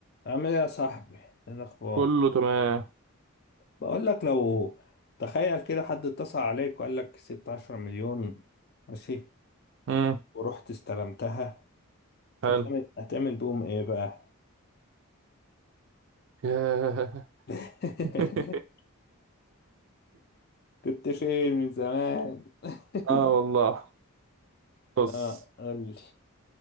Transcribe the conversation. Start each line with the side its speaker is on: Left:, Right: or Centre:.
Left: عامل ايه يا صاحبي ايه الاخبار
Right: كله تمام
Left: بقول لك لو تخيل كده حد اتصل عليك وقال لك كسبت 10 مليون ماشي
Right: امم
Left: ورحت استلمتها
Right: حلو
Left: هتعمل هتعمل بيهم ايه بقى
Right: ياه.
Left: <laughs>
Right: <laughs>
Left: كنت فين من زمان <laughs>
Right: اه والله بص
Left: اه قول لي